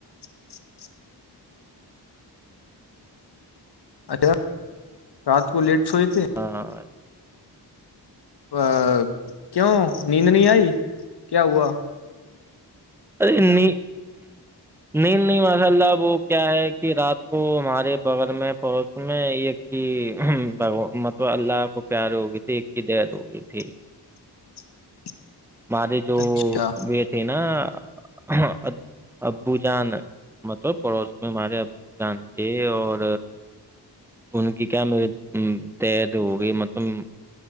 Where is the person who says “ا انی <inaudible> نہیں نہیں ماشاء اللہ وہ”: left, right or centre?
Centre